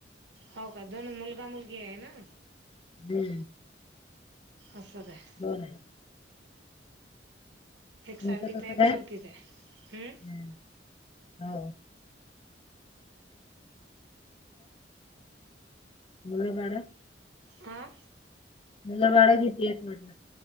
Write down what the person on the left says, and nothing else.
हम्म
दोन आहे
तुमचं तस
काय?
हम्, हो. मुलं बाळं.
मुलं बाळं किती एत म्हटलं?